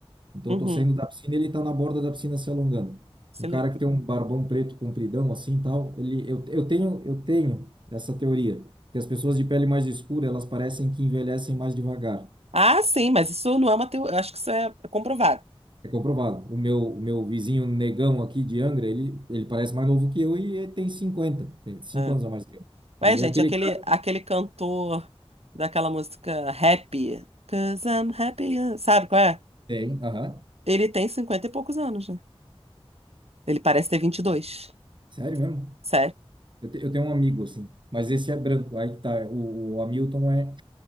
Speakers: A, on the right (about 50°); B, on the right (about 80°).
A: Então
B: Uhum.
A: eu tô saindo da piscina e ele tá na borda da piscina se alongando.
B: Excelente.
A: Um cara que tem um barbão preto compridão assim e tal, ele eu, eu tenho eu tenho essa teoria que as pessoas de pele mais escura, elas parecem que envelhecem mais devagar.
B: Ah, sim, mas isso não é uma teoria. Acho que isso é comprovado.
A: É comprovado. O meu o meu vizinho negão aqui de Angra, ele ele parece mais novo que eu e ele tem cinquenta tem 5
B: É.
A: anos a mais que eu,
B: Ué,
A: né?
B: gente,
A: E aquele
B: aquele,
A: cara
B: aquele cantor daquela música Happy, 'Cause I'm happy, uh, sabe qual é?
A: tem, aham.
B: Ele tem 50 e poucos anos, né? Ele parece ter vinte e dois,
A: Sério mesmo?
B: Sério?
A: Eu, te- eu tenho um amigo assim, mas esse é branco. Aí que tá, o, o Hamilton é